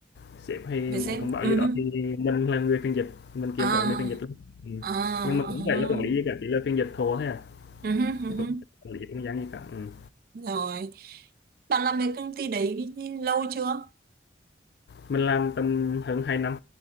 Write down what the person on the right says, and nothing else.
về
sếp
ừ
hứ.
à
à,
à.
Ừ, hứ, ừ,
hứ.
rồi bạn làm về công ty đấy lâu chưa